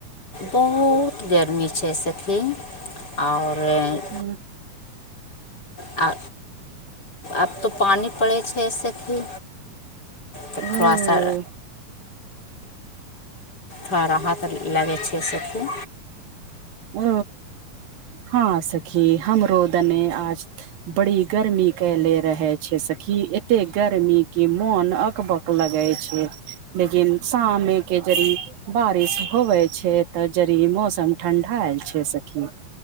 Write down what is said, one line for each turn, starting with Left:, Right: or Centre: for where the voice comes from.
Left: बहुत गरमी छै सखी आ उऔर
Right: हँ <unintelligible> <unintelligible>
Left: आ आब तऽ पानि पड़ै छै सखी तऽ
Right: ओ
Left: थोवा सा थड़ा राहत लगै छै सखी
Right: ओ हँ सखी हमरो दने आज बड़ी गर्मी कैले रहे छै सखी एते गर्मी के मोन अकबक लगै छै लेकिन शाममे एके जडी़ बारिश होवे छै तऽ जड़ी मौसम ठण्डा आय ल छै सखी